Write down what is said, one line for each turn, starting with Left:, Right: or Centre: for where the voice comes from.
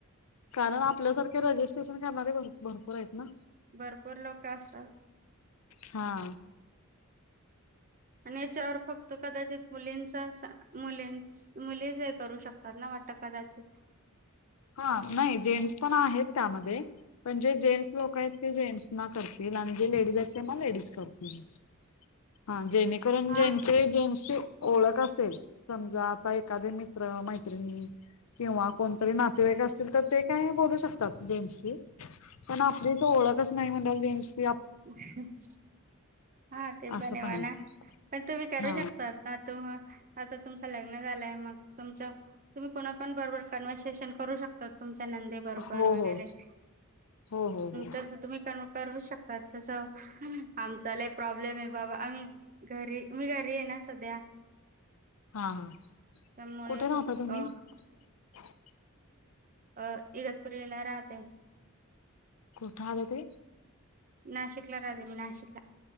Left: कारण आपल्यासारखे रजिस्ट्रेशन करणारे भरपूर आहेत ना.
Right: भरपूर लोक असतात.
Left: हां
Right: <unintelligible> चार फक्त कदाचित मुलीं <unintelligible> <unintelligible> मुलेच हे करू शकतात ना वाटत कदाचित.
Left: हां, नाही जेंट्स पण आहेत, त्यामध्ये पण जे जेंट्स लोक आहेत ते जेंट्स ना करतील आणि जे लेडीज आहेत त्यांना लेडीज करतील. <unintelligible> जेणेकरून
Right: हा
Left: जेंट्सचे जेन्स ओळख असेल समजा, आता एखादे मित्र मैत्रिणी किंवा कोणतं <unintelligible> वाईक असतील तर ते काय बोलू शकतात जेंट्शी पण आपलीच ओळखच नाही म्हणल्याव <unintelligible>
Right: <unintelligible> हा, ते
Left: असं
Right: पण हे म्हणा
Left: आहे
Right: पण तुम्ही करू
Left: हा
Right: शकतात ना <unintelligible> तुमचं लग्न झालंय मग तुमचं, तुम्ही कोणा पण बरोबर कन्वसेशन करू शकता. तुमच्या नंदे बरोबर
Left: हो
Right: वगैरे
Left: हो
Right: तस
Left: हो हो
Right: <unintelligible>
Left: हो
Right: शकता. <unintelligible> आमचा लय प्रॉब्लेम आहे बाबा आम्ही घरी, मी घरी आहे ना सध्या.
Left: हां, हा
Right: त्यामुळे
Left: कुठे राहता तुम्ही?
Right: अ
Left: <inaudible>
Right: अ इगतपुरीला राहते.
Left: कुठे आलं ते?
Right: नाशिकला राहते मी नाशिकला.